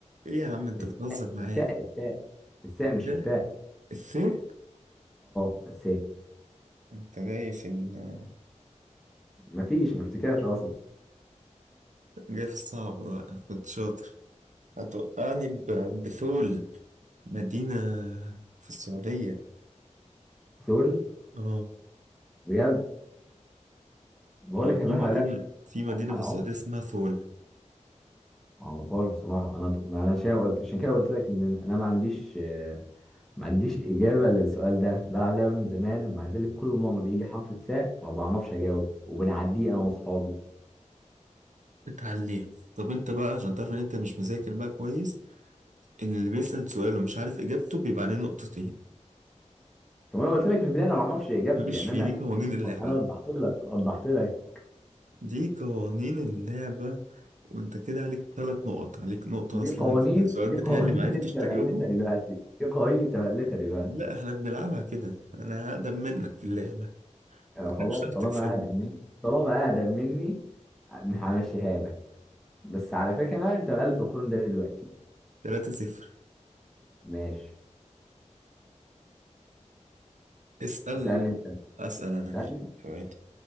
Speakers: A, on the right; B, in the centre.
A: ايه يا عم انت
B: الساء
A: بتهزر معايا
B: الساء الساء الساء
A: الثاء
B: مش التاء
A: الثاء
B: اه بس إيه؟
A: انت جاي في ال-
B: مفيش ما افتكرش اصلا
A: جاي في الصعب بقى كنت شاطر هتوقعني ب- بثول مدينة في السعودية
B: سول
A: اه
B: بجد بقول
A: اه
B: لك انا
A: في
B: بحاول
A: مدينة
B: ألعب.
A: في مدينة في
B: انا
A: السعودية
B: عمري
A: اسمها ثول
B: ما عرفهاش بصراحه انا ما انا عشان عشان كده قلت لك ان انا ما عنديش آه، ما عنديش اجابه للسؤال ده بلعب لعبه من زمان ومع ذلك كل مره بيجي حرف الساء ما بعرفش اجاوب وبنعديه انا واصحابي
A: اتعليها طب انت بقى عشان تعرف ان انت مش مذاكر بقى كويس اللي بيسأل سؤال ومش عارف اجابته بيبقى عليه نقطتين
B: طب انا قلت لك من البدايه انا ما اعرفش اجابته
A: ماليش
B: يعني
A: في
B: انا
A: دي قوانين اللعبة
B: انا وضحت لك وضحت لك
A: دي قوانين اللعبة وانت كده عليك ثلاث نقط عليك نقطة
B: دي
A: أصلا
B: قوانين
A: في السؤال
B: دي
A: بتاعي
B: قوانين
A: اللي معرفتش
B: <laughs> انت مألفها
A: تجاوبه
B: دلوقتي دي قوانين انت مألفها دلوقتي
A: لا احنا بنلعبها كده أنا هقدم منك في اللعبة
B: يعني
A: قلت
B: خلاص
A: لك مش هتعرف
B: طالما
A: تكسبني
B: اقدم مني طالما اقدم مني همشيها لك بس على فكره بقى انت مقلب في القانون ده دلوقتي
A: تلاتة صفر
B: ماشي
A: اسأل
B: اسالني انت
A: أسأل أنا
B: اسالني
A: ماشي سؤالي